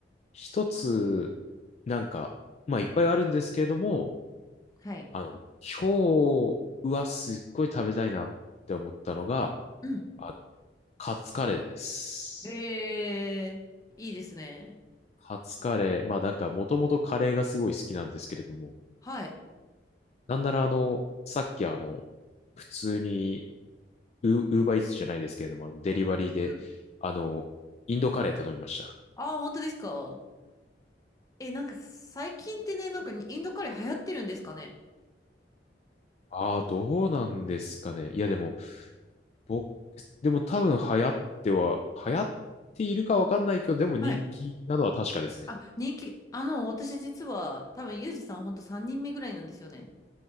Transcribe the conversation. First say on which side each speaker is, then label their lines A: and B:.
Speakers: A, on the left (about 35°); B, on the left (about 20°).
A: 一つ、なんか、まあいっぱいあるんですけれども、
B: はい。
A: あの、今日はすっごい食べたいなって思ったのが、
B: うん。
A: あの、カツカレーです。
B: へえ、いいですね。
A: カツカレー、まあなんかもともとカレーがすごい好きなんですけれども、
B: はい。
A: なんならあの、さっきあの、普通にウ、ウーバーイーツじゃないですけれども、あの、デリバリーで、
B: うんうんうん
A: あの、インドカレー頼みました。
B: ああ、本当ですかえ、なんか最近ってね、なんかインドカレー流行ってるんですかね
A: ああ、どうなんですかね。いや、でも、僕、でも多分流行っては、流行っているかわかんないけど、でも人気なのは確かですね。
B: はい。あ、人気、あの、私実は多分ユージさんほんと3人目ぐらいなんですよね。